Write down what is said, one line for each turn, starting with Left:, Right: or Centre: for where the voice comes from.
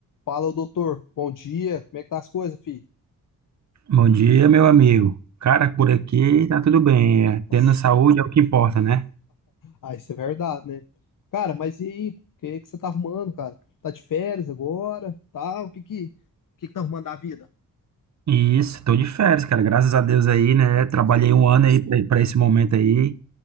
Left: Fala, doutor. Bom dia. Como é que tá as coisas, filho?
Right: Bom dia, meu amigo. Cara, por aqui tá tudo bem. é,
Left: Nossa,
Right: Tendo saúde é o que importa, né?
Left: ah, isso é verdade, né? Cara, mas e aí? O que é que você tá arrumando, cara? Tá de férias agora? Tá? O que que, o que que tá arrumando da vida?
Right: E Isso, tô de férias, cara. Graças a Deus aí, né? Trabalhei
Left: Você,
Right: um ano aí pra pra esse momento aí.